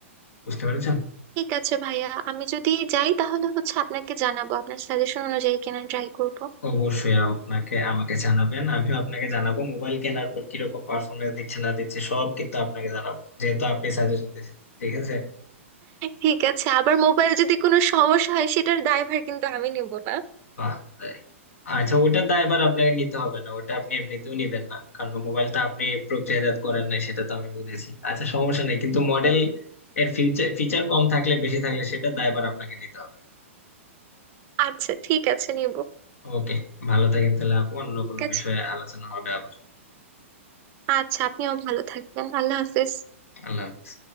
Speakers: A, on the left; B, on the right.
A: বুঝতে পেরেছেন
B: ঠিক আছে ভাইয়া আমি যদি যাই তাহলে হচ্ছে আপনাকে জানাবো আপনার সাজেশন অনুযায়ী কেনা ট্রাই করবো
A: অবশ্যই আপনাকে আমাকে জানাবেন আমিও আপনাকে জানাবো মোবাইল কেনার পর কিরকম পারফরমেন্স দিচ্ছে না দিচ্ছে সব কিন্তু আপনাকে জানাবো যেহেতু আপনি সাজেশন দিয়েছেন ঠিক আছে
B: ঠিক আছে আবার মোবাইল যদি কোনো সমস্যা হয় সেটার দায়ভার কিন্তু আমি নিব না
A: বাহ তাই। আচ্ছা ওটার দায় এবার আপনাকে নিতে হবে না ওটা আপনি এমনিতেও নিবেন না কারণ মোবাইলটা আপনি প্রক্রিয়াজাত করেন নাই সেটা তো আমি বুঝেছি আচ্ছা সমস্যা নেই কিন্তু মডেল
B: উম,
A: এর ফিউচার ফিচার কম থাকলে বেশি থাকলে সেটা দায়ভার আপনাকে নিতে হবে
B: আচ্ছা ঠিক আছে নিব
A: ওকে ভালো থাকেন তাহলে আপু অন্য
B: ঠিক
A: কোনো
B: আছে
A: বিষয়ে আলোচনা হবে আবার
B: আচ্ছা আপনিও ভালো থাকবেন আল্লাহ হাফেজ
A: আল্লাহ হাফেজ